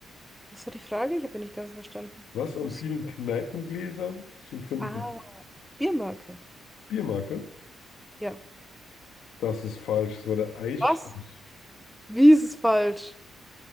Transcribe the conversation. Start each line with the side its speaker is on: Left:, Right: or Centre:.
Centre: Was war die Frage? Ich habe nicht ganz verstanden.
Left: Was
Centre: Kuss.
Left: an vielen Kneipengläsern zu finden?
Centre: Ah, Biermarke.
Left: Biermarke?
Centre: Ja.
Left: Das ist falsch, das war der Eisstrich.
Centre: was? Wie ist es falsch?